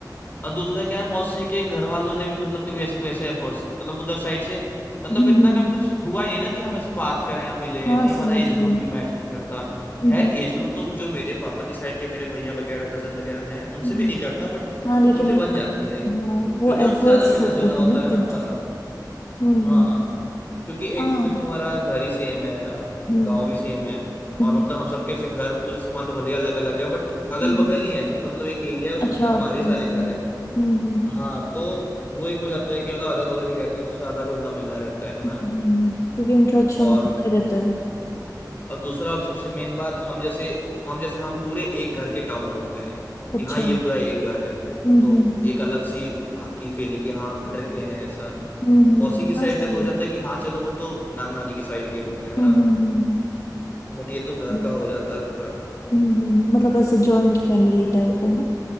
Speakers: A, on the left; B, on the left.
A: और दूसरा क्या है मौसी के घर वालों ने भी मतलब कभी ऐसे कोई ऐसे एफर्ट्स मतलब उधर साइड से मतलब
B: हम्म
A: इतना
B: हम्म,
A: कभी कुछ हुआ ही नहीं ना कि हम ऐसे बात करें या मिले
B: हाँ
A: ना ही हमारा
B: समझ
A: एज ग्रुप
B: गई
A: भी मैच नहीं करता
B: हम्म
A: खैर एज ग्रुप तो जो मेरे पापा के साइड के मेरे भैया वगैरह कजन वगैरह हैं उनसे
B: हम्म।
A: भी नहीं करता बट
B: हाँ लेकिन
A: उनसे बन जाती
B: हाँ,
A: है क्योंकि
B: वो
A: उनसे
B: एफर्ट्स
A: ज्यादा मिलना
B: करते
A: जुलना होता
B: हो ना
A: है ना
B: खुद
A: हमारा
B: हम्म
A: हाँ क्योंकि एक
B: हाँ
A: तो देखो हमारा घर ही सेम है ना
B: हम्म
A: गांव भी सेम है और
B: हम्म,
A: मतलब हम सबके से घर तो जैसे मान लो भले अलग अलग है बट अगल
B: हम्म।
A: बगल ही है ऐसे पूरा मतलब एक एरिया है उसमें
B: अच्छा
A: पूरे हमारे
B: अच्छा
A: ही सारे
B: इसलिए
A: घर हैं
B: हम्म हम्म,
A: हाँ तो वो एक हो जाता है कि मतलब अगल बगल ही रहते हैं तो ज्यादा घुलना मिलना रहता है है ना
B: हम्म। क्योंकि इंट्रैक्शन
A: और
B: होता ही रहता है
A: और दूसरा अब सबसे मेन बात हम जैसे हम जैसे हम पूरे एक घर के काउंट होते हैं
B: अच्छा
A: कि हाँ ये पूरा एक घर है
B: हम्म
A: तो
B: हम्म
A: एक अलग सी आती है फीलिंग कि हाँ हम घर के हैं ऐसा
B: हम्म,
A: मौसी की साइड
B: हाँ सही
A: का तो हो जाता
B: है।
A: है कि हाँ चलो वो तो नाना नानी की साइड के हो गए है
B: हम्म
A: ना
B: हम्म हम्म,
A: बट ये तो घर
B: हम्म,
A: का हो जाता है पूरा
B: हम्म। हम्म। मतलब ऐसे जॉइंट फैमिली टाइप है ना